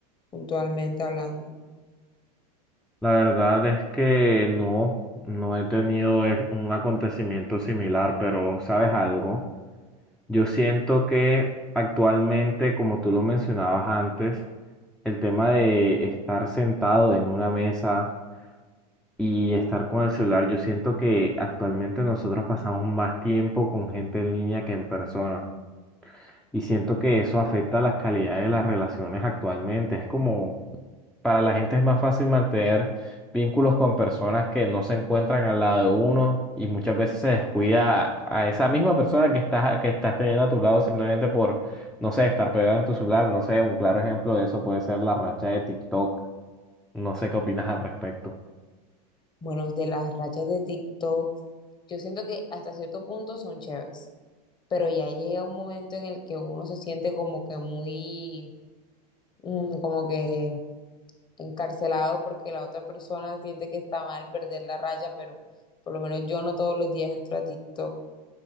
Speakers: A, on the left; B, in the centre.
A: puntualmente hablando.
B: La verdad es que no, no he tenido eh, un acontecimiento similar, pero ¿sabes algo? Yo siento que actualmente, como tú lo mencionabas antes, el tema de estar sentado en una mesa y estar con el celular. Yo siento que actualmente nosotros pasamos más tiempo con gente en línea que en persona y siento que eso afecta las calidades de las relaciones actualmente. Es como para la gente es más fácil mantener vínculos con personas que no se encuentran al lado de uno y muchas veces se descuida a esa misma persona que estás, que estás teniendo a tu lado simplemente por, no sé, estar pegado en tu celular. No sé, un claro ejemplo de eso puede ser la racha de TikTok. No sé qué opinas al respecto.
A: Bueno, de las rachas de TikTok, yo siento que hasta cierto punto son chéveres, pero ya llega un momento en el que uno se siente como que muy, mm, como que encarcelado porque la otra persona siente que está mal perder la raya, pero por lo menos yo no todos los días entro a TikTok